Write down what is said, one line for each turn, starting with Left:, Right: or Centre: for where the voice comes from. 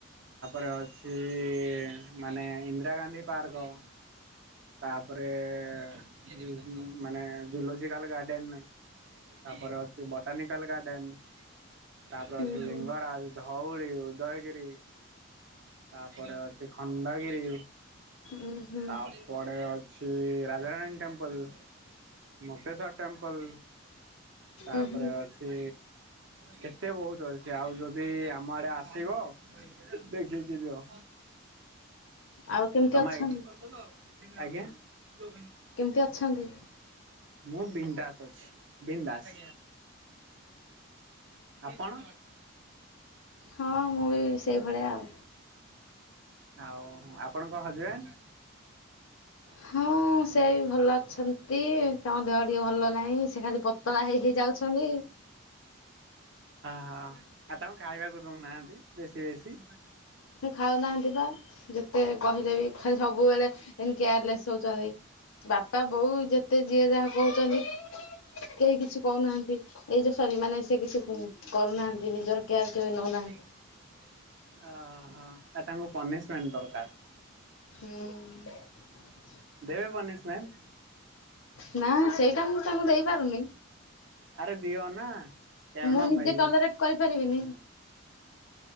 Right: ଗୋଟେ ଅଛିଇ-ଇ-ଇ-ଇ ମାନେ ଇନ୍ଦିରା ଗାନ୍ଧୀ ପାର୍କ। ତାପରେଏ-ଏ-ଏ ମାନେ ଜୁଲୋଜିକାଲ ଗାର୍ଡେନ। ତାପରେ ଅଛି ବଟାନିକାଲ ଗାର୍ଡେନ, ତାପରେ
Left: ହୁଁ
Right: ଅଛି
Left: ହୁଁ
Right: ଲିଙ୍ଗରାଜ, ଧଉଳି। ଉଦୟଗିରି ତାପରେ ଅଛି ଖଣ୍ଡଗିରି।
Left: ଉଁ ହୁଁ
Right: ତାପରେ ଅଛି ରାଜାରାଣୀ ଟେମ୍ପ୍ ମ୍ପଲ୍ ମୁକ୍ତେଶ୍ୱର୍ ଟେମ୍ପଲ୍ ତାପରେ
Left: ଉଁ ହୁଁ
Right: ଅଛି କେତେ ବହୁତ ଅଛି ଆଉ ଯଦି ଆମ ଆଡେ ଆ ଆସିବ, ଦେଖିକି ଯିବ।
Left: ଆଉ କେମିତି
Right: ତମେ
Left: ଅଛନ୍ତି
Right: <inaudible> ଆଜ୍ଞା ମୁଁ
Left: କେମିତି ଅଛନ୍ତି?
Right: ଦେ ବିନ୍ଦାସ ଅଛି ବିନ୍ଦାସ। ଆପଣ?
Left: ହଁ ମୁଁ ବି ସେଇଭଳିଆ ଆଉ।
Right: ଆଉ ଆପଣଙ୍କ ହଜବ୍ୟାଣ୍ଡ୍?
Left: ହଁ ସେ ବି ଭଲ ଅଛନ୍ତି, ତାଙ୍କ ଦେହ ଟିକେ ଭଲ ନାହିଁ ସେ ଖାଲି ପତ୍ ପତଳା ହେଇ-ହେଇ ଯାଉଛନ୍ତି।
Right: ହଁ, ଆଉ ତାଙ୍କୁ ଖାଇବାକୁ ଦଉନାହାନ୍ତି ବେଶୀ ବେଶୀ।
Left: ସେ ଖାଉନାହାନ୍ତି ପା ଯେ ଯେତେ କହିଲେ ବି ଖାଲି ସବୁବେଳେ ଏମିତି କେୟାରଲେସ୍ ହଉଛନ୍ତି। ବାପା ବୋଉ ଯେତେ ଯିଏ ଯାହା କହୁଛନ୍ତି। କେହି କିଛି କହୁନାହାନ୍ତି ଏଇ ଯେ ସରି ମାନେ ସେ କିଛି କରୁନାହାନ୍ତି ନିଜର କେୟାର କେବେ ନଉନାହାନ୍ତି।
Right: ଓହୋଃ ଆ ତାଙ୍କୁ ପନିଶମେଣ୍ଟ୍ ଦରକାର।
Left: ହୁଁ
Right: ଦେବେ ପନିଶମେଣ୍ଟ୍?
Left: ନା ସେଇଟା ମୁଁ ତାଙ୍କୁ ଦେଇପାରୁନି,
Right: ଆରେ ଦିଅ ନା। କାରଣ
Left: ମୁଁ ନିଜେ
Right: ଭାଇ
Left: ଟଲରେଟ୍ କରିପାରିବିନି।